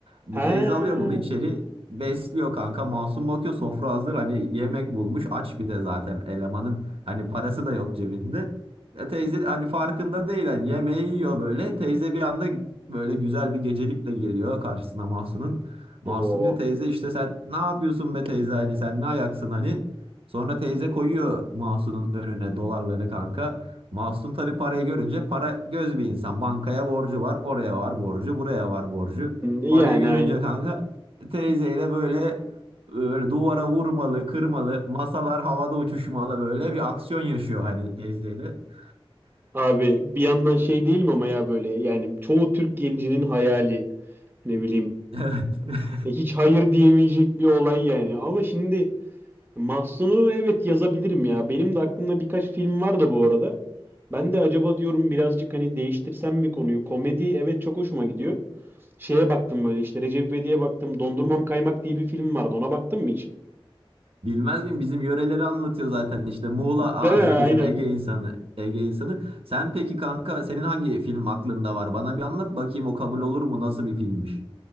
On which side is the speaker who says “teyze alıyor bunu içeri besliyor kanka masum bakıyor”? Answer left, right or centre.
Right